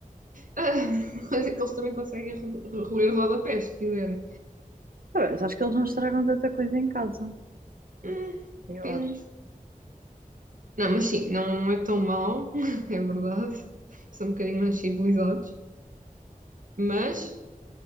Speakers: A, on the right (about 65°); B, on the right (about 80°).
A: <laughs> Mas é que eles também conseguem ro- ro- roer rodapés, se quiserem.
B: Tá bem, mas acho que eles não estragam tanta coisa em casa.
A: Hum,
B: Eu
A: depende.
B: acho.
A: Não, mas sim, não é tão mau, <laughs> é verdade. São um bocadinho mais civilizados. Mas